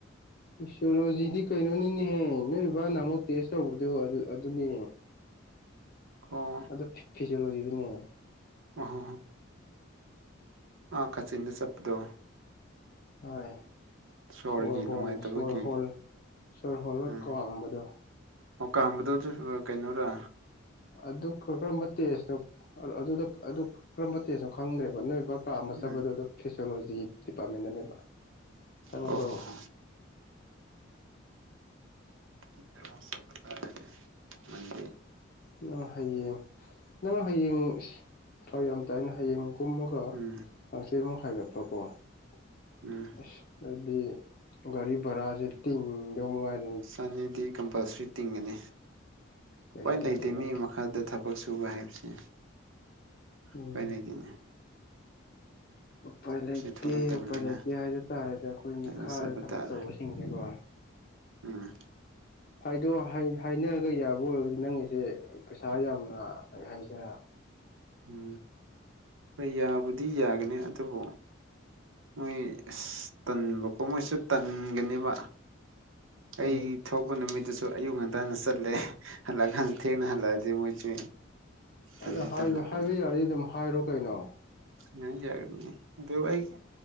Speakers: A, on the left; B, on the right.
A: ꯏꯁꯣꯂꯣꯖꯤꯗꯤ ꯀꯩꯅꯣꯅꯤꯅꯦꯍꯦ ꯅꯣꯏ ꯕꯥꯅ ꯑꯃꯨꯛ ꯇꯦꯁ ꯇꯧꯕꯗꯣ ꯑꯗꯨꯅꯦ꯫
B: ꯑꯣ
A: ꯑꯗꯨ ꯐꯤ ꯐꯤꯖꯣꯂꯣꯖꯤꯗꯅꯦ꯫
B: ꯑꯣ ꯍꯣ ꯍꯣ ꯀꯥꯆꯤꯟꯗ ꯆꯠꯄꯗꯣ꯫
A: ꯍꯣꯏ꯫
B: ꯁꯣꯔꯒꯤ
A: ꯁꯣꯔ
B: ꯅꯨꯡꯉꯥꯏꯇꯕꯒꯤ
A: ꯍꯣꯟ ꯁꯣꯔ ꯍꯣꯟ ꯁꯣꯔ ꯍꯣꯜꯂ
B: ꯎꯝ
A: ꯀꯥꯝꯕꯗꯣ꯫
B: ꯑꯣ ꯀꯥꯝꯕꯗꯨ ꯗꯨ ꯑ ꯀꯩꯅꯣꯔ꯫
A: ꯑꯗꯨ ꯀꯔ ꯀꯔꯝꯕ ꯇꯦꯁꯅꯣ ꯑꯗꯨꯗ ꯑꯗꯨ ꯀꯔꯝꯕ ꯇꯦꯁꯅꯣ ꯈꯪꯗ꯭ꯔꯦꯕ ꯅꯣꯏꯕꯥ꯫ ꯀꯥꯝꯕ
B: ꯎꯝ
A: ꯆꯠꯄꯗꯣ ꯑꯗꯨ ꯐꯦꯁꯤꯌꯣꯂꯣꯖꯤ ꯗꯤꯄꯥꯔꯠꯃꯦꯟꯗꯅꯦꯕ꯫ ꯈꯪꯉꯕꯣ
B: ꯑꯣ ꯍꯣ ꯍꯣ ꯎꯝ꯫ <unintelligible>
A: ꯏꯁ ꯅꯪ ꯍꯌꯦꯡ ꯅꯪ ꯍꯌꯦꯡ ꯏꯁ ꯐ꯭ꯔꯛ ꯌꯥꯝ ꯇꯥꯏꯅ ꯍꯌꯦꯡ꯫ ꯀꯨꯝꯃꯒ
B: ꯎꯝ
A: ꯍꯪꯆꯤꯠꯃꯨꯛ ꯍꯥꯏꯒꯠꯄꯀꯣ ꯑꯁ
B: ꯎꯝ
A: ꯑꯗꯨꯗꯤ꯫ ꯒꯥꯔꯤ ꯚꯔꯥꯁꯦ ꯇꯤꯗꯧ ꯃꯉꯥꯏꯔ
B: ꯆꯟꯅꯤꯗꯤ ꯀꯝꯄꯜꯁ꯭ꯔꯤ ꯇꯤꯡꯉꯅꯤ꯫
A: ꯀꯩꯁꯨ
B: ꯎꯄꯥꯏ ꯂꯩꯇꯦ
A: ꯅꯠꯇꯗ
B: ꯃꯤ ꯃꯈꯥꯗ ꯊꯕꯛ ꯁꯨꯕ ꯍꯥꯏꯕꯁꯦ꯫
A: ꯎꯝ
B: ꯎꯄꯥꯏ ꯂꯩꯗꯦꯅꯦ꯫
A: ꯎꯄꯥꯏ ꯂꯩꯇꯦ
B: ꯊꯣꯛꯂꯛꯇꯕꯅꯤꯅ
A: ꯎꯄꯥꯏ ꯂꯩꯇꯦ ꯍꯥꯏꯖ ꯇꯥꯔꯦꯗꯤ ꯑꯩꯈꯣꯏ
B: ꯑꯗꯨꯝ
A: ꯃꯤꯈꯥꯗ
B: ꯆꯠꯄ
A: ꯊꯕꯛ
B: ꯇꯥꯔꯦ
A: ꯇꯧꯕꯁꯤꯡꯁꯦꯀꯣ
B: ꯎꯝ
A: ꯐꯥꯏꯗꯦ ꯑꯥꯏꯅ ꯍꯥꯏꯅꯔꯒ ꯌꯥꯕ ꯑꯣꯏꯔꯒꯗꯤ ꯅꯪꯒꯤꯁꯦ ꯄꯩꯁꯥ ꯌꯥꯝꯅ ꯂ ꯍꯥꯏꯁꯤꯅ
B: ꯎꯝ ꯍꯣꯏ ꯌꯥꯕꯨꯗꯤ ꯌꯥꯒꯅꯤ ꯑꯗꯨꯕꯨ ꯃꯣꯏ ꯇꯟꯕꯀꯣ ꯃꯣꯏꯁꯨ ꯇꯟꯒꯅꯦꯕ ꯑꯩ
A: ꯎꯝ
B: ꯊꯣꯛꯄ ꯅꯨꯃꯤ ꯑꯗꯨꯁꯨ ꯑꯌꯨꯛ ꯉꯟꯇꯥꯅ ꯆꯠꯂꯦ ꯍꯜꯂꯛꯑꯀꯥꯟꯁꯨ ꯊꯦꯡꯅ ꯍꯜꯂꯛꯑꯗꯤ ꯃꯣꯏꯁꯨ ꯇꯟꯗꯤ
A: ꯑ ꯍꯥꯏꯕ
B: ꯇꯜꯂꯛꯀꯅꯤ
A: ꯌꯥꯔꯗꯤ ꯑꯗꯨꯝ ꯍꯥꯏꯔꯣ ꯀꯩꯅꯣ
B: ꯌꯥ ꯌꯥꯒꯅꯤꯅꯤ ꯑꯗꯨ ꯑꯩ